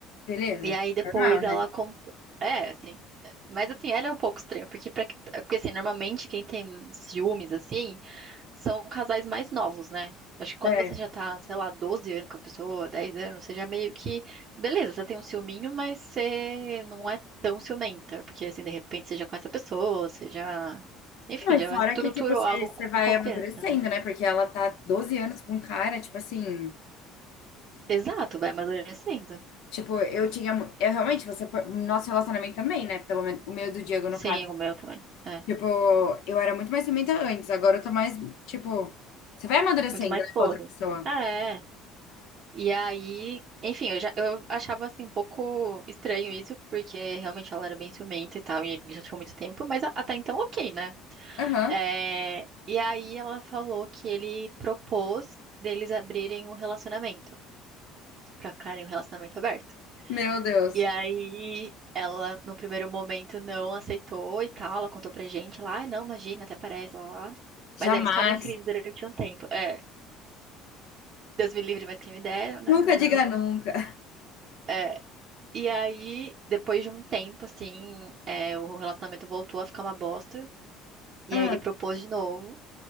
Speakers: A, on the left; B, on the right.
A: Beleza.
B: E aí, depois
A: Normal,
B: ela
A: né?
B: contou. É, assim. Mas assim, ela é um pouco estranha, porque, pra... porque assim, normalmente quem tem ciúmes, assim são casais mais novos, né? Acho que quando
A: É.
B: você já tá, sei lá, 12 anos com a pessoa, 10 anos, você já meio que. Beleza, você tem um ciúminho, mas você não é tão ciumenta. Porque, assim, de repente você já conhece a pessoa, você já. Enfim,
A: Não, e
B: já
A: fora
B: estruturou
A: que, tipo, você
B: algo
A: você vai
B: de confiança,
A: amadurecendo,
B: né?
A: né? Porque ela tá 12 anos com um cara, tipo assim.
B: Exato, vai amadurecendo.
A: Tipo, eu tinha. mu- Eu realmente, você foi. Nosso relacionamento também, né? Pelo menos o meu e do Diego, no
B: Sim,
A: caso.
B: o meu também. É.
A: Tipo, eu era muito mais ciumenta antes, agora eu tô mais. Tipo, você vai amadurecendo,
B: Muito mais
A: né,
B: foda.
A: com a outra pessoa.
B: É. E aí, enfim, eu já eu achava assim um pouco estranho isso, porque realmente ela era bem ciumenta e tal, e ele já tinha muito tempo, mas a- até então ok, né?
A: Aham.
B: É, e aí ela falou que ele propôs deles abrirem um relacionamento, pra ficarem um relacionamento aberto.
A: Meu Deus.
B: E aí ela, no primeiro momento, não aceitou e tal, ela contou pra gente lá, ah, não, imagina, até parece, lá, lá.
A: Jamais.
B: Mas aí eles ficaram em crise durante um tempo. É, Deus me livre, mas quem me dera, né?
A: Nunca
B: Mas não.
A: diga nunca.
B: É, e aí, depois de um tempo, assim, é, o relacionamento voltou a ficar uma bosta. E
A: Ah,
B: aí ele propôs de novo.